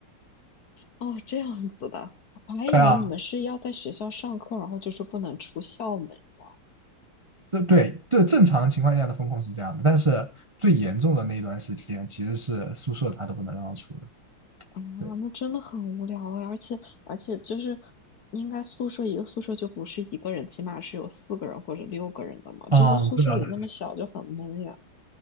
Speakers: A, on the left; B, on the right.
A: 哦，这样子的，我还以为你们是要在学校上课，
B: 对啊，
A: 然后就是不能出校门，知道吗？
B: 对对，这正常情况下的风控是这样的，但是最严重的那一段时间，其实是宿舍他都不能让出的。
A: 啊，
B: 对，
A: 那真的很无聊哎，而且而且就是应该宿舍一个宿舍就不是一个人，起码是有四个人或者六个人的嘛，就在宿舍里那么小就很闷呀。
B: 嗯，对啊，对